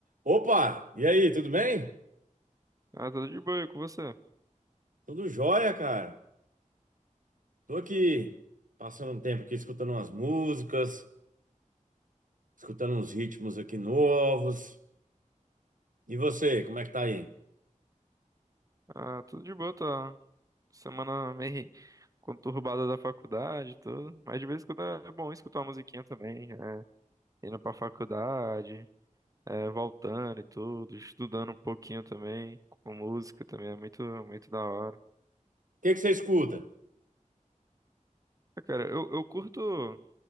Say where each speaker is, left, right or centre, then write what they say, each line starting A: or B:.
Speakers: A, on the right (about 80°); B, on the right (about 25°).
A: Opa, e aí, tudo bem?
B: Ah, tudo de boa, e com você?
A: Tudo jóia, cara. Tô aqui passando um tempo aqui escutando umas músicas, escutando uns ritmos aqui novos. E você, como é que tá aí? O
B: Ah, tudo de boa, tá. Semana meio <laughs> conturbada da faculdade, e tudo. Mas de vez em quando é bom escutar uma musiquinha também. É, indo pra faculdade, é, voltando e tudo, estudando um pouquinho também, com música também, é muito, muito da hora.
A: que que você escuta?
B: Ah, Cara, eu, eu curto.